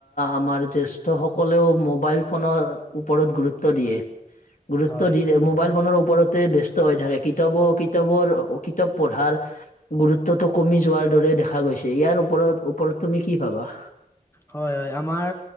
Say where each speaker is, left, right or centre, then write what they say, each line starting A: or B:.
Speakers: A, on the left; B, on the left.
A: আমাৰ জ্যেষ্ঠসকলেও মোবাইল ফোনৰ ওপৰত গুৰুত্ব দিয়ে। গুৰুত্ব
B: হয়
A: দি মোবাইল ফোনৰ ওপৰতে ব্যস্ত হৈ থাকে কিতাপৰ কিতাপৰ কিতাপ পঢ়াৰ গুৰুত্বটো কমি যোৱাৰ দৰে দেখা গৈছে, ইয়াৰ ওপৰত ওপৰত তুমি কি ভাবা?
B: হয়, হয়, আমাৰ